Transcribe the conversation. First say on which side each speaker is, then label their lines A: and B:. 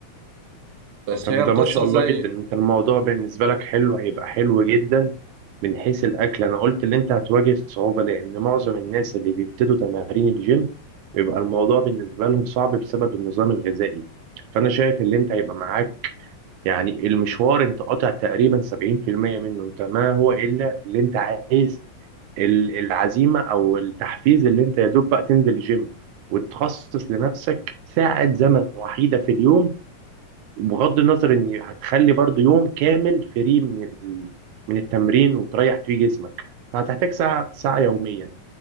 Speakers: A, on the right; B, on the right.
A: بس
B: طب
A: هي القصه
B: ده ما شاء الله
A: زي
B: جدا انت الموضوع بالنسبة لك حلو هيبقى حلو جدا من حيث الأكل أنا قلت اللي انت هتواجه صعوبة لأن معظم الناس اللي بيبتدوا تمارين الجيم بيبقى الموضوع بالنسبة لهم صعب بسبب النظام الغذائي فأنا شايف اللي انت هيبقى معاك يعني المشوار انت قاطع تقريبا 70% منه انت ما هو إلا اللي انت عايز ال- العزيمة أو التحفيز اللي انت يا دوب بقى تنزل الجيم وتخصص لنفسك ساعة زمن وحيدة في اليوم وبغض النظر ان هتخلي برضو يوم كامل فري من ال- من التمرين وتريح فيه جسمك فهتحتاج ساعة ساعة يوميا